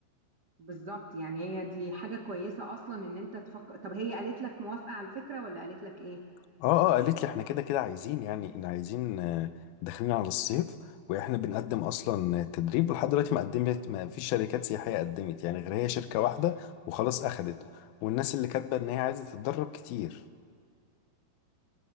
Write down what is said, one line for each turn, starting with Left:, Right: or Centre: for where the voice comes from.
Right: بالظبط يعني هي دي حاجة كويسة أصلا إن أنت تفكر طب هي قالت لك موافقة على الفكرة ولا قالت لك إيه؟
Left: اه اه قالت لي احنا كده كده عايزين يعني إن عايزين آه، داخلين على الصيف واحنا بنقدم اصلا تدريب ولحد دلوقتي ما قدمت ما فيش شركات سياحيه قدمت يعني غير هي شركه واحده وخلاص اخدت والناس اللي كاتبه ان هي عايزه تتدرب كتير